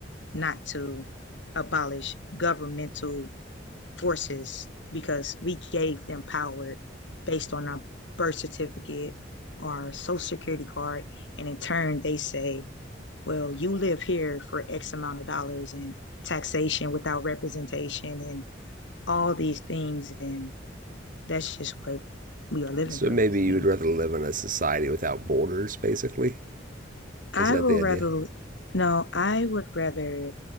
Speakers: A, on the left (about 75°); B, on the right (about 45°).
A: not to abolish governmental forces because we gave them power based on our birth certificate, our social security card, and in turn they say, well, you live here for X amount of dollars and taxation without representation and all these things and that's just what we are living
B: So
A: through,
B: maybe you
A: you
B: would
A: know.
B: rather live in a society without borders, basically?
A: I
B: Is that
A: will
B: the
A: rather
B: idea?
A: no, I would rather